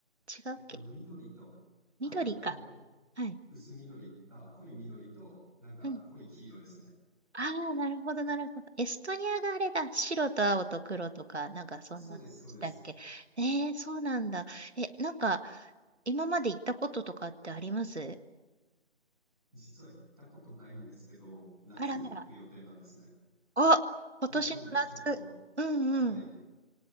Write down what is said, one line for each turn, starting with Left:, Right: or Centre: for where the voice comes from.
Right: 違うっけ
Centre: えっと、緑と赤と
Right: 緑か。はい。
Centre: 薄緑、あ、濃い緑となんか濃い黄色ですね。
Right: うんああ、なるほど、なるほど。エストニアがあれだ。白と青と黒とか、なんかそんな、
Centre: そうです、そうです。
Right: だっけ。えー、そうなんだ。え、なんか、今まで行ったこととかってあります
Centre: 実は行ったことないんですけど、夏に行く予定なんですね。
Right: あらあら。あ、今年の夏。
Centre: 夏にちょっと、
Right: うんうん。
Centre: はい、